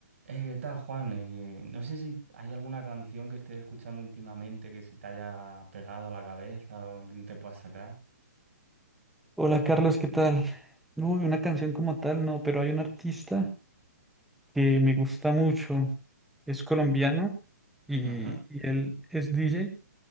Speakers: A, on the right (about 50°); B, in the centre.
A: Eh, ¿qué tal, Juan? Eh, no sé si hay alguna canción que estés escuchando últimamente que se te haya pegado a la cabeza o que no te puedas sacar.
B: Hola Carlos, ¿qué tal? Uy, una canción como tal, no, pero hay un artista que me gusta mucho. Es colombiano y,
A: Ajá.
B: y él es DJ.